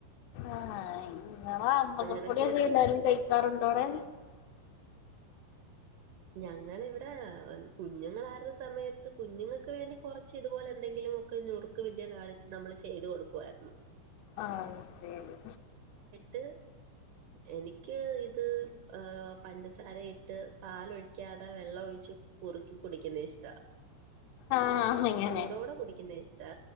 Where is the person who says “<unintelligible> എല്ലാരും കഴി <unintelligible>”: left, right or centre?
Left